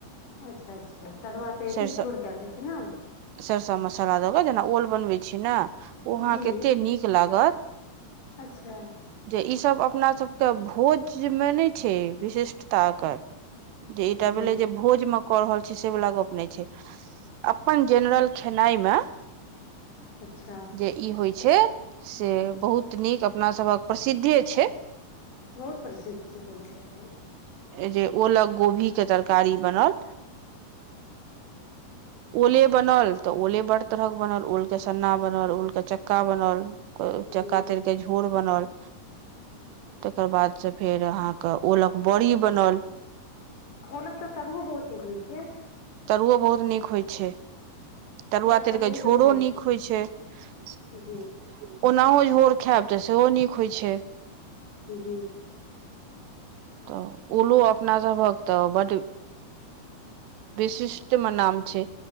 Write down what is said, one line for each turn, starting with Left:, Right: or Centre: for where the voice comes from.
Left: अच्छा अच्छा तरुआ तर
Right: सरिसो
Left: के छोर कल जाइ छै ने
Right: सरिसो मसाला दऽ कऽ जेना ओल बनबै ओ अहा
Left: जी
Right: के एतै निक लागत
Left: अच्छा
Right: जे ई सब अपना सब के भोज मे नहि छै विशिष्टता ओकर जे ईटा
Left: जी
Right: भेलै जे भोज में कऽ रहल छी से वाला गप नहि छै अपन जेनरल खेनाई मे
Left: अच्छा
Right: जे ई होय छै से बहुत नीक अपना सभक प्रसिद्धे छै
Left: बहुत प्रसिद्ध छै बहुत जगह
Right: ऐ जे ओलक गोभी के तरकारी बनल ओले बनल तऽ ओले बड़ तरहक बनल ओल के सन्ना बनल ओल के चक्का बनल को चक्का
Left: जी
Right: तर कऽ झोर बनल तकर बाद सँ फेर अहाँ के ओलक बड़ी बनल
Left: ओलक तऽ तरुओ बहुत नीक होइ छै
Right: तरुओ बहुत नीक होइ छै तरुआ
Left: ओलक
Right: तर
Left: तरुओ
Right: के झोरो
Left: बनि जाइ
Right: नीक होइ छै ओ
Left: जी
Right: नाहो झोर खायब तऽ सेहो नीक होय छै
Left: जी
Right: तऽ ओलो अपना सभक तऽ बड़ विशिष्ट मे नाम छै